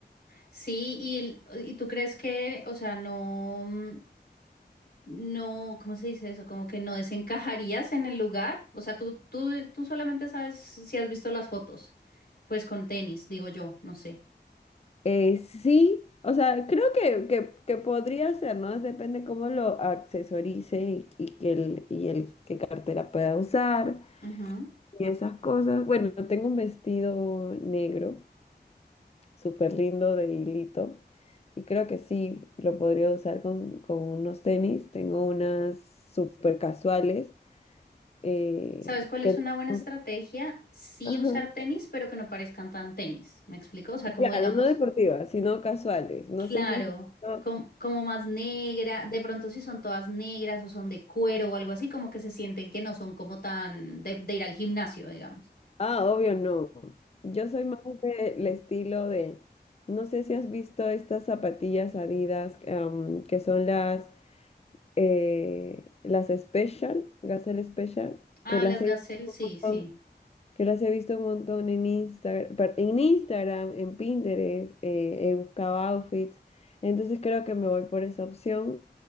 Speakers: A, on the left (about 60°); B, on the left (about 35°).
A: Sí, y, el- y tú crees que, o sea, no, mm, no, ¿cómo se dice eso? Como que no desencajarías en el lugar. O sea, tú, tú, tú solamente sabes si has visto las fotos, pues con tenis, digo yo, no sé.
B: Eh, sí, o sea, creo que, que, que podría ser, ¿no? Depende cómo lo accesorice y, y que el, y el qué cartera pueda usar
A: Ujú.
B: y esas cosas. Bueno, tengo un vestido negro, súper lindo de hilito, y creo que sí lo podría usar con, con unos tenis. Tengo unas súper casuales eh,
A: ¿Sabes cuál
B: que
A: es una buena
B: no.
A: estrategia? Sí
B: Ajá.
A: usar tenis, pero que no parezcan tan tenis. ¿Me explico? O sea, como
B: Claro,
A: digamos,
B: no deportivas, sino casuales. No
A: claro,
B: sé si has visto.
A: com- como más negra, de pronto si son todas negras o son de cuero o algo así, como que se sienten que no son como tan de, de ir al gimnasio, digamos.
B: Ah, obvio no. Yo soy más del estilo de. No sé si has visto estas zapatillas Adidas am, que son las eh, las Special, Gazelle Special,
A: Ah,
B: que las
A: las
B: he
A: gazelle,
B: visto
A: sí,
B: un montón,
A: sí.
B: que las he visto un montón en Instagram, en Instagram, en Pinterest, eh, he buscado outfits. Entonces creo que me voy por esa opción.